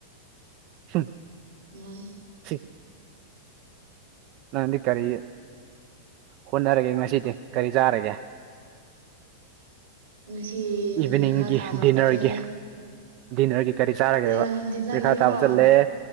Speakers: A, on the right; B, on the right.
A: ꯎꯝ
B: ꯃꯥꯅꯤ
A: ꯁꯤ ꯅꯪꯗꯤ ꯀꯔꯤ ꯍꯣꯠꯅꯔꯒꯦ ꯉꯁꯤꯗꯤ ꯀꯔꯤ ꯆꯥꯔꯒꯦ
B: ꯉꯁꯤ
A: ꯏꯚꯤꯅꯤꯡꯒꯤ
B: ꯄꯔꯤꯈꯥ ꯊꯥꯕ
A: ꯗꯤꯟꯅꯔꯒꯤ
B: ꯆꯠꯂꯦ
A: ꯗꯤꯅꯔꯒꯤ ꯀꯔꯤ ꯆꯥꯔꯒꯦꯕ
B: ꯑꯦ ꯗꯤꯟꯅꯔꯒꯤꯔꯣ
A: ꯄꯔꯤꯈꯥ ꯊꯥꯕ ꯆꯠꯂꯦ